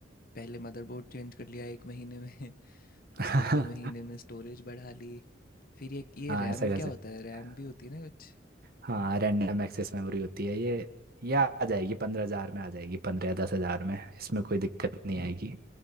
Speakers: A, on the left; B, on the right.
A: पहले मदरबोर्ड चेंज कर लिया एक महीने में
B: <laughs>
A: उसके
B: हाँ
A: अगले महीने में स्टोरेज बढ़ा ली फिर ये ये रैम
B: ऐसा कर
A: क्या
B: सकते
A: होता है रैम
B: हैं
A: भी होती है ना कुछ
B: हाँ रैंडम एक्सेस मेमोरी होती है ये ये आ जाएगी पंद्रह हज़ार में आ जाएगी पंद्रह या दस हज़ार में इसमें कोई दिक्कत नहीं आएगी